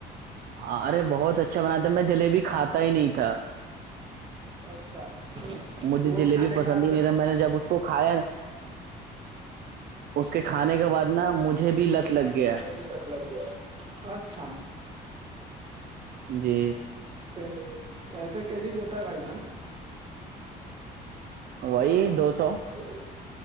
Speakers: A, on the right (about 65°); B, on the right (about 35°).
A: ہاں ارے بہت اچھا بنا تھا میں جلیبی کھاتا ہی نہیں تھا
B: اچھا
A: مجھے
B: وہ
A: جلیبی
B: کھانے
A: پسند
B: کے بعد
A: ہی نہیں تھا میں نے جب اس کو کھایا نا، اس کے کھانے کے بعد
B: اسے
A: نا مجھے
B: کھانے کے
A: بھی لت
B: بعد ن
A: لگ گیا
B: میھے بھی رد لگ گیا <inaudible> اچھا
A: جی
B: کیس کیسے کے جی دیتا ہے بھائی جان
A: وہی دو سو
B: سو